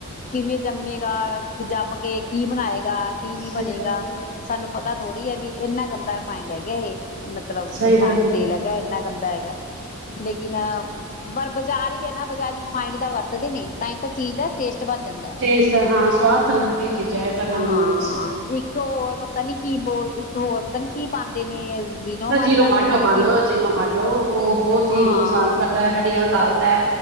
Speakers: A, on the left (about 35°); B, on the right (about 55°).
A: ਕਿਵੇਂ ਜੰਮੇਗਾ ਜੰਮ ਕੇ ਕੀ ਬਣਾਏ ਕੀ ਨੀ
B: ਸਹੀ
A: ਬਣੇਗਾ
B: ਗੱਲ
A: ਸਾਨੂੰ ਪਤਾ ਥੋੜ੍ਹੀ ਹੈ ਵੀ ਇੰਨਾ ਗੰਦਾ ਰਿਫਾਇੰਡ ਹੈ ਗਿਆ ਇਹ ਮਤਲਬ
B: ਸਹੀ
A: ਰਿਫਾਇੰਡ
B: ਗੱਲ ਏ
A: ਤੇਲ ਹੈਗਾ ਇੰਨਾ ਗੰਦਾ ਹੈਗਾ ਲੇਕਿਨ ਪਰ ਬਾਜ਼ਾਰ ਹੀ ਹੈ ਨਾ ਬਜ਼ਾਰੀ ਰਿਫਾਇੰਡ ਦਾ ਵਰਤਦੇ ਨ ਤਾਂ ਹੀ ਤਾਂ ਚੀਜ਼ ਦਾ ਟੇਸਟ ਬਣ ਜਾਂਦਾ ਹੈ।
B: ਟੇਸਟ ਹਾਂ ਸਵਾਦ ਤਾਂ ਲੱਗਦੀ ਚੀਜ਼ਾਂ ਹੈ ਤਾਂ ਮੈਂ
A: ਹਾਂ
B: ਮੰਨੂੰ
A: ਇੱਕ ਹੋਰ ਪਤਾ ਨੀ ਕੀ ਬੋਲ ਇੱਕ ਹੋਰ ਪਤਾ ਨੀ ਕੀ ਪਾਉਂਦੇ ਨੇ ਜੀਨੋ ਮਾਟਾ
B: ਅਜੀਿਨੋ
A: ਪਤਾ
B: ਮਾਟੋ
A: ਨੀ
B: ਬੰਦ
A: ਕੀ
B: ਅ ਜਿਨੋ ਮਾਟੋ ਉਹ ਬਹੁਤ ਹੀ
A: ਹਾਂ
B: ਨੁਕਸਾਨ ਕਰਦਾ ਹੈ ਹੱਡੀਆਂ ਨਿਕਾਲਦਾ ਹੈ